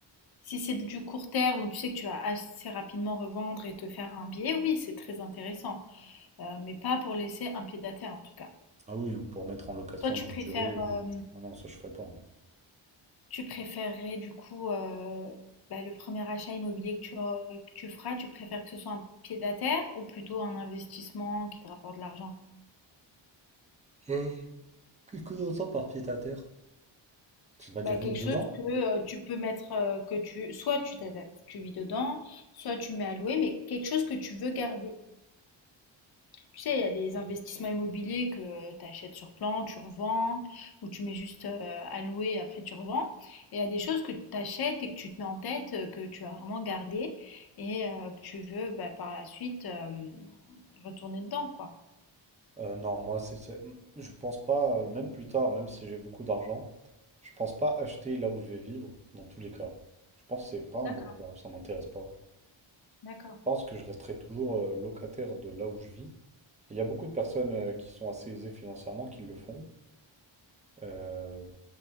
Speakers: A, on the left (about 50°); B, on the right (about 15°).
A: Si c'est du court terme où tu sais que tu vas assez rapidement revendre et te faire un billet, oui, c'est très intéressant. Euh, mais pas pour laisser un pied à terre en tout cas.
B: Ah oui, ou pour mettre en location
A: Toi, tu
B: longue
A: préfères,
B: durée. ou-
A: euh,
B: Ah non, ça je ferai pas. hein.
A: tu préférerais du coup euh, bah, le premier achat immobilier que tu, auras- que tu feras, tu préfères que ce soit un pied-à-terre ou plutôt un investissement qui te rapporte de l'argent?
B: Et qu'est-ce que l'on entend par pied à terre? Ça veut
A: Bah,
B: dire vivre
A: quelque
B: dedans?
A: chose que euh, tu peux mettre, euh, que tu, soit tu t'adaptes, tu vis dedans, soit tu mets à louer, mais quelque chose que tu veux garder. Tu sais, il y a des investissements immobiliers que euh, tu achètes sur plan, tu revends, ou tu mets juste euh, à louer et après tu revends. Et il y a des choses que tu achètes et que tu te mets en tête, euh, que tu vas vraiment garder et euh, que tu veux bah, par la suite euh, retourner dedans, quoi.
B: Euh, non, moi, c'est, c'est- m- je pense pas, euh, même plus tard, même si j'ai beaucoup d'argent, je pense pas acheter là où je vais vivre, dans tous les cas. Je pense que c'est pas
A: D'accord,
B: un bon plan, ça m'intéresse pas.
A: d'accord.
B: Je pense que je resterai toujours euh, locataire de là où je vis. Et Il y a beaucoup de personnes euh, qui sont assez aisées financièrement qui le font. Euh,